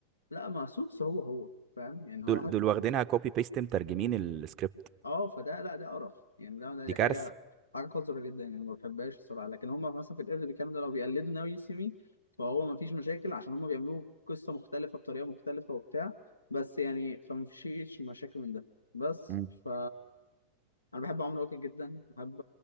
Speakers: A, on the left (about 80°); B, on the right (about 35°).
A: لا ما سوتس هو هو فاهم يعني
B: دول
A: هو حد
B: دول واخدينها كوبي بيست مترجمين السكريبت
A: اه فده لا ده قرف يعني ده
B: دي
A: ده
B: كارثة
A: حاجه حاجه قذره جدا يعني ما بحبهاش الصراحه لكن هم مثلا في القرد بيتكلموا ده لو بيقلدوا ناوي سيمي فهو ما فيش مشاكل عشان هم بيعملوه قصه مختلفه بطريقه مختلفه وبتاع بس يعني فما فيش مشاكل من ده بس
B: مم.
A: ف انا بحب عمرو واكد جدا بحب